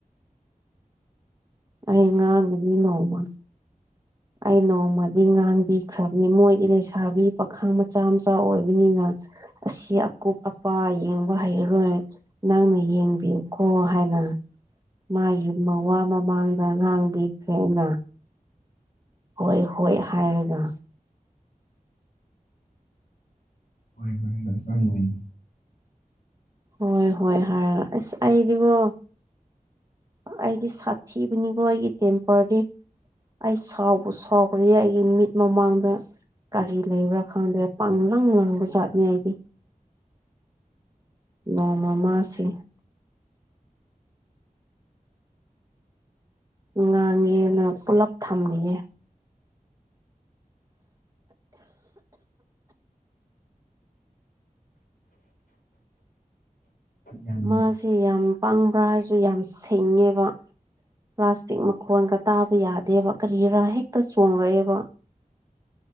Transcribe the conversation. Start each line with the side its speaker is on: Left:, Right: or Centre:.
Right: ꯑꯩ ꯉꯥꯡꯒꯅꯤ ꯅꫭꯡꯃ ꯑꯩ ꯅꯣꯡꯃꯗꯤ ꯉꯥꯡꯕꯤꯈ꯭ꯔꯕꯅꯤ ꯃꯣꯏꯗꯤ ꯂꯩꯁꯥꯕꯤ ꯄꯥꯈꯥ ꯃꯆꯥ ꯃꯆꯥ ꯑꯣꯏꯕꯅꯤꯅ ꯑꯁꯤ ꯑꯀꯣꯛ ꯑꯄꯥ ꯌꯦꯡꯕ ꯍꯩꯔꯔꯣꯏ ꯅꯪꯅ ꯌꯦꯡꯕꯤꯌꯨꯀꯣ ꯍꯥꯏꯅ ꯃꯥꯒꯤ ꯃꯋꯥ ꯃꯃꯥꯡꯗ ꯉꯥꯡꯕꯤꯈ꯭ꯔꯦꯅ ꯍꯣꯏ ꯍꯣꯏ ꯍꯥꯏꯔꯒ
Left: ꯍꯣꯏ ꯒ ꯆꯥꯡꯉꫭꯏꯗ
Right: ꯍꯣꯏ ꯍꯣꯏ ꯍꯥꯏꯔꯒ ꯑꯁ ꯑꯩꯗꯤꯒꫭ ꯑꯩꯗꯤ ꯁꯥꯊꯤꯕꯅꯤꯀꯣ ꯑꯩꯒꯤ ꯇꯦꯝꯄꯣꯔꯗꯤ ꯑꯩ ꯁꯥꯎꯕ ꯁꯥꯎꯈ꯭ꯔꯦ ꯑꯩꯒꯤ ꯃꯤꯠ ꯃꯃꯥꯡꯗ ꯀꯔꯤ ꯂꯩꯕ꯭ꯔꯥ ꯈꯪꯗ꯭ꯔꯦ ꯄꯪ ꯂꯪ ꯂꯪꯕ ꯆꯥꯠꯅꯤ ꯑꯩꯗꯤ ꯅꫭꯡꯃꯃꯁꯤ ꯉꯥꯡꯉꯦꯅ ꯄꯨꯂꯞ ꯊꯝꯂꯤꯌꯦ
Left: ꯌꯥꯝ
Right: ꯃꯥꯁꯦ ꯌꯥꯝ ꯄꯪꯕ꯭ꯔꯥ ꯍꯥꯏꯁꯨ ꯌꯥꯝ ꯁꯦꯡꯉꯦꯕ ꯄ꯭ꯂꯥꯁꯇꯤꯛ ꯃꯈꯣꯟꯒ ꯇꯥꯕ ꯌꯥꯗꯦꯕ ꯀꯔꯤꯔꯥ ꯍꯦꯛꯇ ꯆꯣꯡꯉꯛꯑꯦꯕ <inaudible>